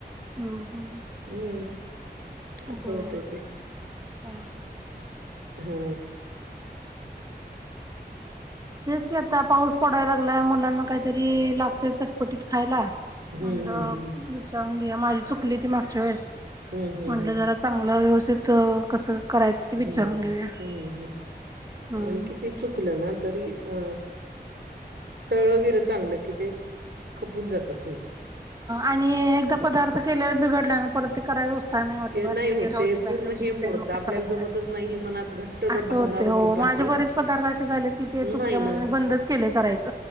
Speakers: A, on the right; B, on the right.
A: हम ह.
B: हं, असं
A: बर
B: होतंय ते.
A: ह.
B: हा.
A: तेच क आता पाऊस पडायला. मुलांना काहीतरी लागते चटपटीत खायला
B: हं,
A: म्हच.
B: हं, हं.
A: माझी चुकली ती मागच्या वेळेस
B: हं, हं,
A: म्हटलं
B: हं.
A: जरा चांगलं व्यवस्थित कसं. करायचं ते
B: हं,
A: विचारून घेऊया.
B: हं, हं.
A: हम्म.
B: आणि किती चुकलं ना तरी अ. तळलं गेलं चांगलं की ते खपून जात सज-
A: आणि एकदा पदार्थ केलेला बिघडल्या ना परत ते करायचत. नाही वाटत
B: ते
A: वाट
B: होत
A: क राह
B: ते
A: सारखं
B: पूर्ण
A: चुकत
B: हे मोडतं.
A: मग
B: आपल्याला
A: कशाला
B: जमतच
A: करायच
B: नाही ही मनात घट्ट
A: असं
B: भावना
A: होते.
B: रुतून राहते.
A: माझे बरेच पदार्थ असे झालेत की ते चुकल्यामुळे
B: नाही ना.
A: मी बंदच केले करायच.